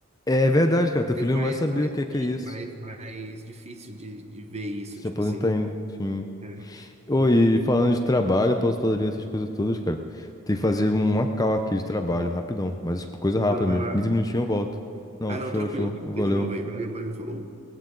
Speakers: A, on the left; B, on the right.
A: É verdade, cara, teu filho
B: Mas mais,
A: não vai saber
B: mais,
A: o que é que
B: enfim,
A: é isso.
B: mais, mais difícil de, de ver isso,
A: Se
B: tipo
A: aposentar
B: assim.
A: ainda, sim.
B: é,
A: Ô,
B: isso.
A: e falando de trabalho, aposentadoria, essas coisas todas, cara, tem que fazer uma call aqui de trabalho, rapidão. Mas, tipo, coisa rápida
B: Mano, vai
A: mesmo.
B: lá.
A: quinze minutinhos eu volto. Não,
B: Ah, não,
A: show,
B: tranquilo.
A: show. Valeu.
B: Fica De novo aí. Valeu, valeu, falou.